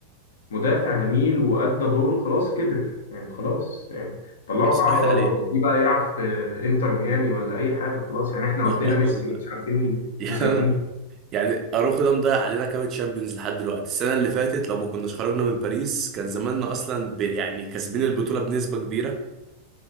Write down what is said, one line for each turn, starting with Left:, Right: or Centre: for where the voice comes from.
Left: مدافع جميل وأدى دوره خلاص كبر يعني خلاص يعني طلعوا
Right: بس
Left: إعارة
Right: راحت عليه
Left: ودي بقى يلعب في إنتر ميامي ولا أي حاجة خلاص يعني إحنا
Right: <laughs>
Left: ودينا ميسي
Right: والله
Left: ومش عارفين
Right: يعني
Left: وسايبين
Right: انا
Left: ده.
Right: يعني اراوخو ده مضيع علينا كام تشامبيونز لحد دلوقتي السنه اللي فاتت لو ما كناش خرجنا من باريس كان زماننا اصلا ب... يعني كاسبين البطوله بنسبه كبيره